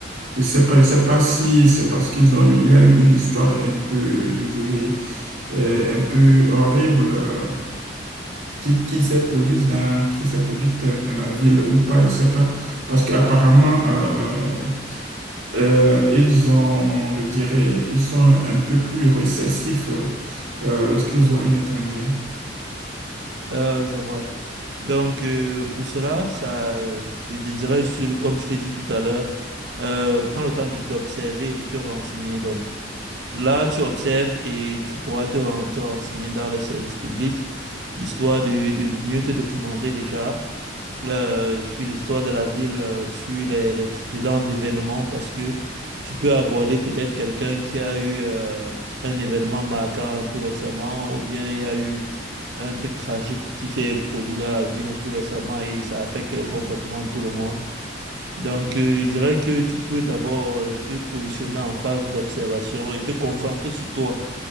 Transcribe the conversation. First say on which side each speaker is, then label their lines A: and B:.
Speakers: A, on the right (about 85°); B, on the right (about 65°).
A: Je sais pas, je sais pas si c'est parce qu'ils ont eu, il y a eu une histoire un peu, je dirais, euh, un peu horrible euh, qui, qui s'est produite dans, qui s'est produite euh, dans la ville ou pas, je sais pas. Parce qu'apparemment, euh, euh, ils ont, je dirais, ils sont un peu plus récessifs euh, euh, lorsqu'ils voient un étranger.
B: Euh, je vois. Donc, euh, pour cela, ça, je désirais, sur- comme je t'ai dit tout à l'heure, euh, prends le temps de- d'observer et de te renseigner. Donc, là, tu observes et tu pourras te, ren- te renseigner dans les services publics, histoire de, de mieux te documenter déjà euh, sur l'histoire de la ville, euh, sur les, les précédents événements, parce que tu peux aborder peut-être quelqu'un qui a eu euh, un événement marquant tout récemment, ou bien il y a eu un truc tragique qui s'est produit dans la ville tout récemment et ça affecte le comportement de tout le monde. Donc, euh, je dirais que tu peux d'abord euh, te positionner en phase d'observation et te concentrer sur toi.